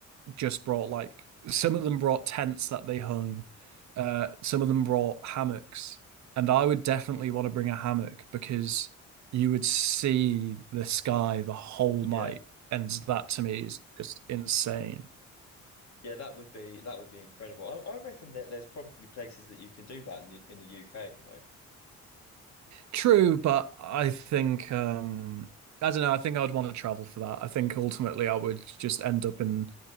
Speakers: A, on the right (about 65°); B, on the left (about 65°).
A: just brought like some of them brought tents that they hung, uh, some of them brought hammocks, and I would definitely want to bring a hammock because you would see the sky the whole
B: Yeah.
A: night, and that to me is just insane.
B: Yeah, that would be that would be incredible. I, I reckon that there's probably places that you can do that in the in the UK, you know.
A: True, but I think um I don't know, I think I would want to travel for that. I think ultimately I would just end up in